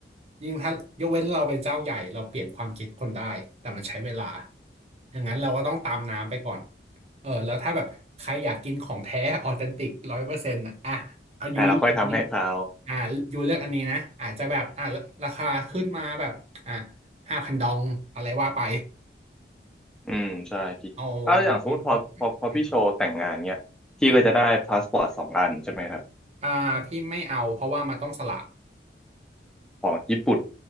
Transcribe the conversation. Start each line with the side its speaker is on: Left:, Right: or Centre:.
Right: ยิ่งถ้ายกเว้นเราเป็นเจ้าใหญ่เราเปลี่ยนความคิดคนได้ แต่มันใช้เวลาอย่างนั้นเราก็ต้องตามน้ำไปก่อน เออ แล้วถ้าแบบใครอยากกินของแท้ออเทนติกร้อยเปอร์เซ็นต์อ่ะเอายูเลือกอันนี้
Centre: อ่ะเราค่อยทำให้เขา
Right: อ่ายูเลือกอันนี้นะอาจจะแบบอ่าราคาขึ้นมาแบบอ่าห้าพันดองอะไรว่าไป
Centre: อืมใช่พี่เอาอย่างสมมติพอพอพอพี่โชว์แต่งงานเนี้ยพี่ก็จะได้พาสปอร์ตสองอันใช่ไหมครับ
Right: เอามันเป็นเพิ่มไปอืมอืมอ่าพี่ไม่เอาเพราะว่ามันต้องสละ
Centre: ของญี่ปุ่น